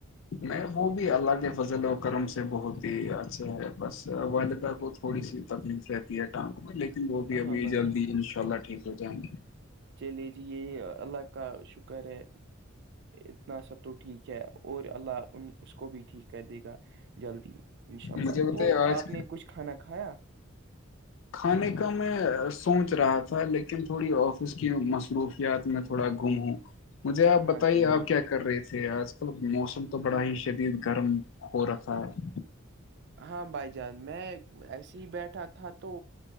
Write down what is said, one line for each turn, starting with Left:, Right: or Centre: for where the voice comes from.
Left: نہیں وہ بھی اللہ کے فضل و کرم سے بہت ہی اچھے ہے بس والدہ کو تھوڑی سی تکلیف رہتی ہے ٹانگ میں لیکن وہ بھی ابھی
Right: ہاں بھائی
Left: جلدی
Right: جان
Left: ان شاء اللہ ٹھیک ہو جائیں گے
Right: چلے جی یہ اللہ کا شکر ہے اتنا سب تو ٹھیک ہے اور اللہ ان اس کو بھی ٹھیک کر دے گا جلدی انشاء اللہ
Left: مجھے بتائیے
Right: تو
Left: آج
Right: آپ نے کچھ کھانا کھایا
Left: کھانے کا میں سوچ رہا تھا لیکن تھوڑی آفس کی مصروف کیا ت میں تھوڑا گم ہوں مجھے آپ
Right: ہاں
Left: بتائیے
Right: چلیے
Left: آپ
Right: جی
Left: کیا کر رہے تھے آج کل موسم تو بڑا ہی شدید گرم ہاں
Right: ہاں بھائی جان میں ایسے ہی بیٹھا تھا تو